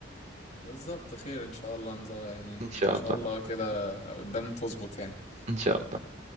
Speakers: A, on the left (about 40°); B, on the right (about 40°).
A: بالظبط خير ان شاء الله نظ- يعني
B: ان شاء
A: ان شاء
B: الله
A: الله كده قدام تظبط يعني
B: ان شاء الله